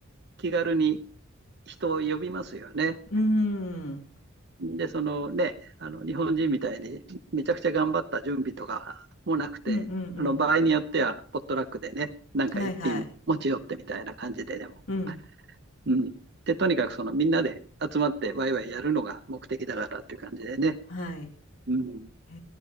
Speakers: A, on the right (about 55°); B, on the left (about 80°).
A: 気軽に人を呼びますよね。
B: うーん。うん
A: で、そのね、あの日本人みたいにめちゃくちゃ頑張った準備とかもなくて、
B: うんう
A: あの場合によってはポットラックでね、なんか一品持ち寄ってみたいな感じででも。
B: ん。はいはい。うん。
A: うん。で、とにかくそのみんなで集まってワイワイやるのが目的だからっていう感じでね。
B: はい。
A: うん。
B: へ